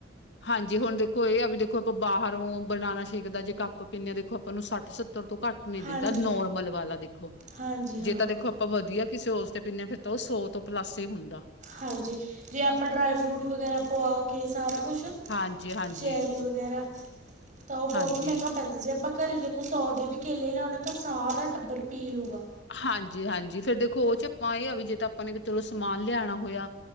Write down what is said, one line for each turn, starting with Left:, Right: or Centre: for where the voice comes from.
Left: ਹਾਂਜੀ, ਹੁਣ ਦੇਖੋ ਏ ਹੈ ਬੀ ਦੇਖੋ, ਆਪਾਂ ਬਾਹਰੋਂ ਬਨਾਨਾ ਸ਼ੇਕ ਦਾ ਜੇ ਕੱਪ ਪੀਨੇ ਆ ਦੇਖੋ, ਆਪਾਂ ਨੂੰ ਸੱਠ ਸੱਤਰ ਤੋਂ ਘੱਟ। ਨਹੀਂ
Right: ਹਾਂਜੀ
Left: ਦਿੰਦਾ ਨੋਰਮਲ ਵਾਲਾ ਦੇਖੋ,
Right: ਹਾਂਜੀ ਹਾਂ
Left: ਜੇ ਤਾਂ ਦੇਖੋ। ਆਪਾਂ ਵਧੀਆ ਕਿਸੇ ਉਸ ਤੇ ਪੀਨੇ ਆ ਫਿਰ ਤਾਂ ਔ ਸੌ ਤੋਂ ਪਲਾੱਸ ਈ ਹੁੰਦਾ।
Right: ਹਾਂਜੀ, ਜੇ ਆਪਾਂ ਡਰਾਈ ਫਰੂਟ ਵਗੈਰਾ ਪਵਾ ਕੇ ਸਾਰਾ ਕੁਛ।
Left: ਹਾਂਜੀ ਹਾਂਜੀ
Right: ਚੈਰੀ ਵਗੈਰਾ, ਤਾਂ ਔ ਬੋ
Left: ਹਾਂਜੀ
Right: ਤ ਮੈਂਗਾ ਪੈਂਦਾ ਜੇ ਅਪਾਂ। ਘਰੇ ਦੇਖੋ ਸੌ ਦੇ ਵੀ ਕੇਲੇ ਲੇਔਣਾ ਤਾਂ ਸਾਰਾ ਟੱਬਰ ਪੀ ਲੂਗਾ।
Left: ਹਾਂਜੀ -ਹਾਂਜੀ, ਫੇਰ ਦੇਖੋ ਔ ਚੱ ਅਪਾ ਏਆ ਵੀ ਜੇ ਤਾਂ ਆਪਾਂ ਨੇ ਕਿਥੇ ਚਲੋ ਸਮਾਨ ਲਿਆਣਾ ਹੋਇਯਾ।